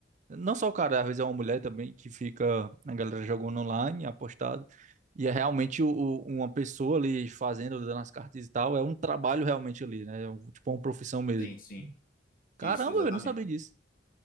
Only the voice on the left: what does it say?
Sim, sim,
isso, exatamente.